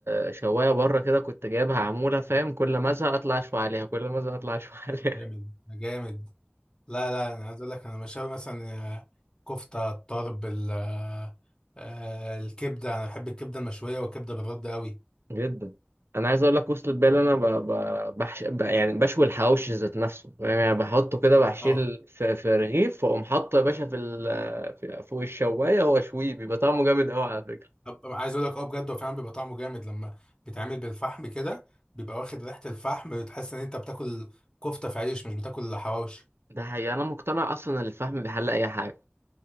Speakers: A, on the right; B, on the left.
A: م- شواية بره كده كنت جايبها عمولة فاهم كل ما ازهق اطلع اشوي عليها كل ما ازهق اطلع اشوي <laughs> عليها
B: جامد جامد لا لا انا عايز اقول لك انا مشاوي مثلا آه، كفته الطرب ال- آه، آه، الكبده انا بحب الكبده المشويه والكبده بالرد قوي
A: جدا انا عايز اقول لك وصلت بالي انا ب... ب... بحش... ب... يعني بشوي الحواوشي ذات نفسه فاهم؟ يعني بحطه كده بحشيل
B: اه
A: في, في رغيف واقوم حاطه يا باشا في, ال... في فوق الشوايه واشويه بيبقى طعمه جامد قوي على فكره
B: أب- عايز اقول لك اه بجد هو فعلا بيبقى طعمه جامد لما بيتعمل بالفحم كده بيبقى واخد ريحه الفحم بتحس ان انت بتاكل كفته في عيش مش بتاكل حواوشي
A: ده حقيقي انا مقتنع اصلا ان الفحم بيحل اي حاجه